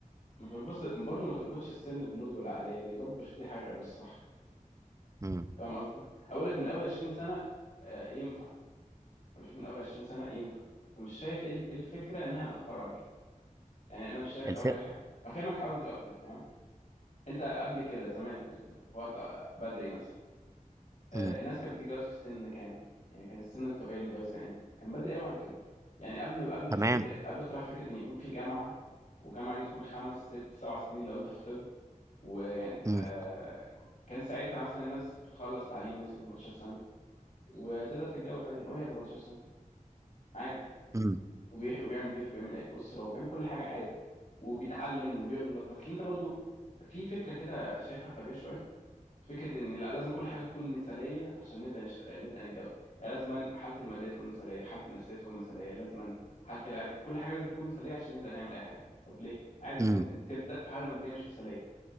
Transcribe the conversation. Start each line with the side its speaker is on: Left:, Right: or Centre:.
Left: مش بتبص برضه ما تربطش السن بالنضج والعقليه ليه برضه بشوف دي حاجه مش صح
Right: مم.
Left: فاهم قصدي اقول لك من اول 20 سنه آه، ينفع انا بشوف من اول 20 سنه ينفع فمش شايف ايه إيه الفكره انها ناخره عن كده يعني انا مش شايف
Right: الف...
Left: اقول لك حاجه هفهمك قصدي اكتر تمام انت قبل كده زمان مثلا في وقت بدري مثلا آه،
Right: مم.
Left: الناس كانت بتتجوز في سن كام يعني كان السن الطبيعي للجواز كان امتى كان بدري قوي عن كده يعني قبل قبل فكره
Right: تمام
Left: قبل اختراع فكره ان يكون في جامعه والجامعه دي تكون خمس ست سبع سنين لو انت في طب ويعني
Right: مم.
Left: آه، كان ساعتها مثلا الناس بتخلص تعليم مثلا 18 سنه وتقدر تتجوز عادي وهي 18 سنه عادي
Right: مم.
Left: وبيخ- وبيعمل بيت وبيعمل اسره وبيعمل كل حاجه عادي وبيتعلم وبيغلط مثلا انت برضو في فكره كده شايفها غبيه شويه فكره ان لا لازم كل حاجه تكون مثاليه عشان نبدا نشت... نبدا نتجوز يعني لازما حالتي الماديه تكون مثاليه حالتي النفسيه تكون مثاليه لازما حالتي العقل كل حاجه لازم تكون مثاليه عشان نبدا نعمل اي حاجه طب ليه عادي انت
Right: مم.
Left: ممكن تبدا في حاله ماديه مش مثاليه